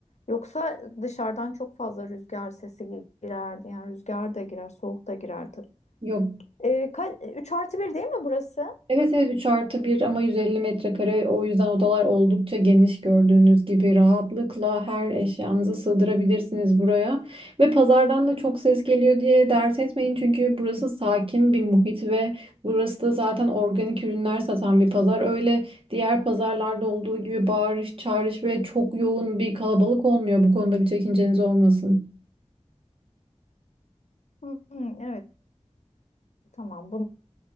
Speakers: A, on the left; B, on the right.
A: Yoksa dışarıdan çok fazla rüzgar sesi girerdi. Yani rüzgar da girer, soğuk da girer tabii.
B: Yok.
A: E, kal- 3 artı bir değil mi burası?
B: Evet evet 3 artı 1 ama 150 metrekare o yüzden odalar oldukça geniş gördüğünüz gibi rahatlıkla her eşyanızı sığdırabilirsiniz buraya. Ve pazardan da çok ses geliyor diye dert etmeyin çünkü burası sakin bir muhit ve burası da zaten organik ürünler satan bir pazar. Öyle Diğer pazarlarda olduğu gibi bağırış, çağırış ve çok yoğun bir kalabalık olmuyor. Bu konuda bir çekinceniz olmasın.
A: Hmm, evet tamam. Bunu